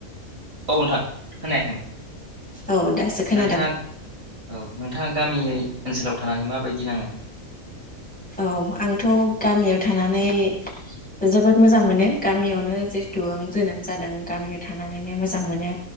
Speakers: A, on the right (about 60°); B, in the centre.
A: औ नोंथां खोनायाखैमोन
B: औ दासो खोनादों
A: नोंथाङा औ नोंथाङा गामियै ओनसोलाव थानानै माबायदि नाङो।
B: औ आंथ' गामियाव थानानै जोबोद मोजां मोनो गामियावनो जेहुतु आं जोनोम जादों गामियाव थानानैनो मोजां मोनो